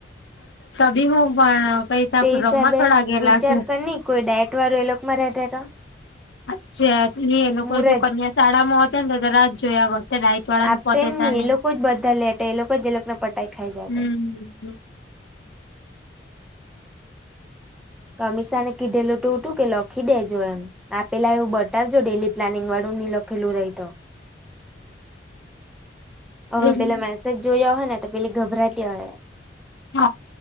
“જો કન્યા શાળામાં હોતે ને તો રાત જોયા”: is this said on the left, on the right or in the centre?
Left